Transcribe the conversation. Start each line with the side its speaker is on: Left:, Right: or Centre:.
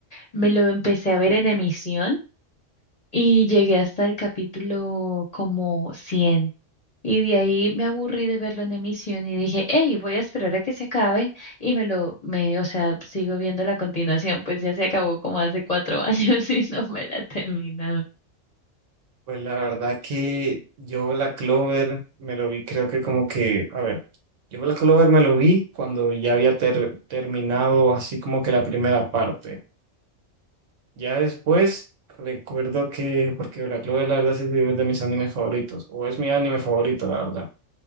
Left: me lo empecé a ver en emisión y llegué hasta el capítulo como cien Y de ahí me aburrí de verlo en emisión y dije, hey, voy a esperar a que se acabe y me lo, me, o sea, sigo viendo la continuación, pues ya se acabó como hace cuatro <laughs> años y no me la he terminado.
Right: Pues la verdad que yo Black Clover me lo vi, creo que como que, a ver, yo Black Clover me lo vi cuando ya había ter- terminado así como que la primera parte. Ya después recuerdo que, porque Black Clover la verdad sí es de mis animes favoritos, o es mi anime favorito, la verdad.